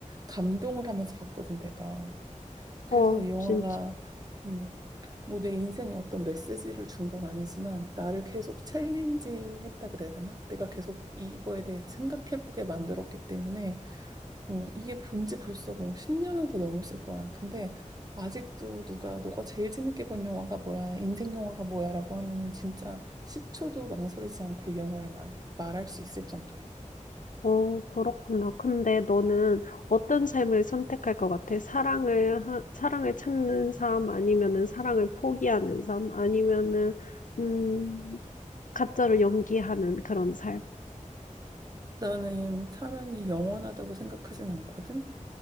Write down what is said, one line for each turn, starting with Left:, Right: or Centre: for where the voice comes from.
Right: 감동을 하면서 봤거든, 내가. 그래서
Left: 어,
Right: 이 영화가
Left: 진짜.
Right: 음, 뭐 내 인생에 어떤 메시지를 준 건 아니지만 나를 계속 챌린지 했다 그래야 되나? 내가 계속 이거에 대해서 생각해보게 만들었기 때문에 어, 이게 본지 벌써 뭐 10년은 더 넘었을 거야. 근데 아직도 누가 너가 제일 재밌게 본 영화가 뭐야? 인생 영화가 뭐야? 라고 하면은 진짜 10초도 망설이지 않고 이 영화를 말해, 말할 수 있을 정도야.
Left: 어 그렇구나. 근데 너는 어떤 삶을 선택할 것 같아? 사랑을 하, 사랑을 찾는 삶 아니면은 사랑을 포기하는 삶 아니면은 음, 가짜로 연기하는 그런 삶?
Right: 나는 사랑이 영원하다고 생각하진 않거든.